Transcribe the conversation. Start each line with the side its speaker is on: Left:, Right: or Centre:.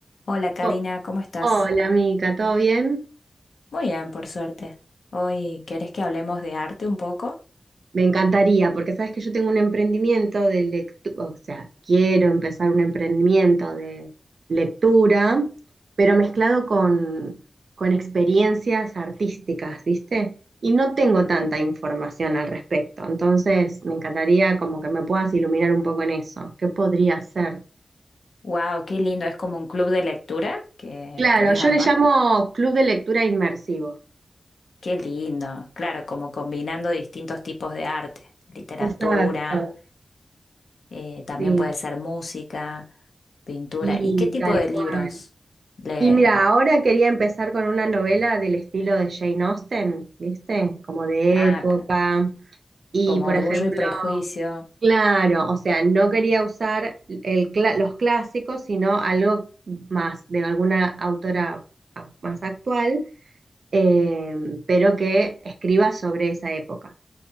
Left: Hola Karina,
Right: Oh,
Left: ¿cómo estás?
Right: Hola, Mica, ¿todo bien?
Left: Muy bien, por suerte. Hoy, ¿querés que hablemos de arte un poco?
Right: Me encantaría, porque sabes que yo tengo un emprendimiento de lectura, o sea, quiero empezar un emprendimiento de lectura, pero mezclado con, con experiencias artísticas, ¿viste? Y no tengo tanta información al respecto, entonces me encantaría como que me puedas iluminar un poco en eso. ¿Qué podría ser?
Left: ¡Wow! ¡Qué lindo! Es como un club de lectura que
Right: Claro,
Left: querés
Right: yo
Left: armar.
Right: le llamo Club de Lectura Inmersivo.
Left: ¡Qué lindo! Claro, como combinando distintos tipos de arte, literatura,
Right: Exacto,
Left: eh, también
Right: sí,
Left: puede ser música, pintura.
Right: sí,
Left: ¿Y qué tipo
Right: tal
Left: de libros?
Right: cual.
Left: Le...
Right: Y mira, ahora quería empezar con una novela del estilo de Jane Austen, ¿viste? Como de
Left: Ah,
Right: época.
Left: c-
Right: Y,
Left: como
Right: por
Left: Orgullo
Right: ejemplo,
Left: y Prejuicio.
Right: claro, o sea, no
Left: Ujú.
Right: quería usar el cla- los clásicos, sino algo más de alguna autora a- más actual, eh, pero que escriba sobre esa época.